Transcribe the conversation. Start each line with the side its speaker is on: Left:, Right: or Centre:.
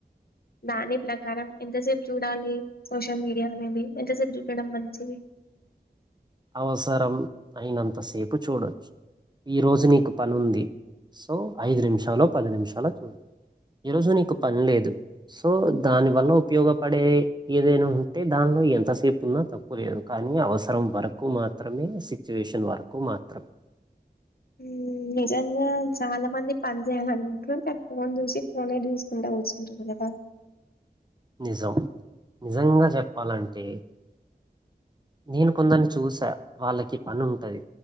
Left: దాని ప్రకారం ఎంతసేపు చూడాలి సోషల్ మీడియా అనేది ఎంతసేపు చూడడం మంచిది
Right: అవసరం అయినంతసేపు చూడోచ్చు ఈరోజు నీకు పని ఉంది సో ఐదు నిమిషాలో పది నిమిషాలో చూడు ఈరోజు నీకు పని లేదు సో దానివల్ల ఉపయోగపడే ఏదైనా ఉంటే దానిలో ఎంతసేపు ఉన్నా తప్పు లేదు కానీ అవసరం వరకు కు మాత్రమే సిచ్యువేషన్ వరకు మాత్రమే
Left: ఉమ్ నిజంగా చాలా మంది పని చేయాలనుకుంటారు కానీ ఫోన్ చూసి ఫోనే చూసుకుంట కుచ్చుంటారు గదా
Right: నిజం నిజంగా చెప్పాలంటే నేను కొందరిని చూసా వాళ్ళకి పని ఉంటది